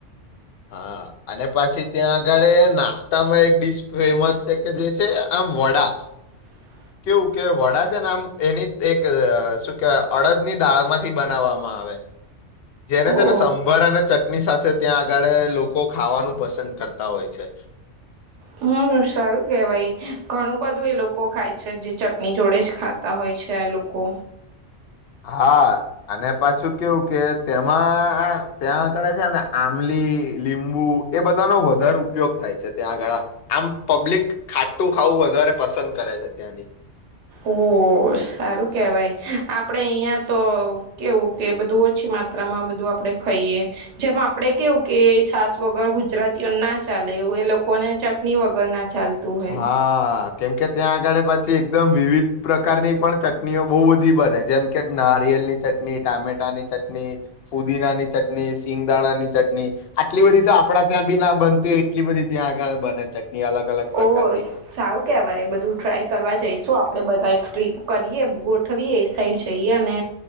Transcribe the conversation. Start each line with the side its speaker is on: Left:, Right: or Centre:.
Left: હ, અને પછી ત્યાં આગળ નાસ્તામાં એક ડીશ ફેમસ છે, કે જે છે આમ વડા
Right: હ
Left: કેવું કે વડા જે નામ એની એક, શું કેવાય અડદ ની દાળ માંથી બનાવવામાં આવે જેને
Right: ઓ
Left: તેને સંભર અને ચટણી સાથે ત્યાં આગળે, લોકો ખાવાનું પસંદ કરતા હોય છે.
Right: હમ, સારું કેવાય ઘણું બધું એ લોકો ખાય છે જે ચટણી જોડે જ ખાતા હોય. છે લોકો
Left: હા અને પાછું કેવું કે તેમાં ત્યાં આગળ છે ને આમલી લીબુ એ બધા નો વધારે ઉપયોગ થાય છે ત્યાં આગળ આમ પબ્લિક ખાટું ખાવું વધારે પસંદ કરે છે ત્યાંની.
Right: ઓ સારું કેવાય આપડે અહિયાં તો કેવું કે બધું ઓછી માત્રામાં બધું આપડે ખાઈએ જેમ આપડે કેવું કે છાસ વગર ગુજરાતીઓ ના ચાલે. એવું એ લોકો ને ચટણી વગર ના ચાલતું હોય
Left: હા.. કેમકે ત્યાં આગળ પછી એકદમ વિવિધ પ્રકારની પણ ચટણીઓ બહુ બધી બને જેમ કે નારિયેળ ની ચટણી ટામેટાની ચટણી ફુદીનાની ચટણી સિંગદાણા ની ચટણી આટલી બધી તો આપડા ત્યાં બી ના બનતીય એટલી બધી ત્યાં આગળ બને ચટણી અલગ અલગ પ્રકારની
Right: ઓ સારું કેહેવાય બધું ટ્રાય કરવા જઈશું આપડે બધા ટ્રીપ કરીએ ગોઠવીએ એ સાઈડ જઈએ અને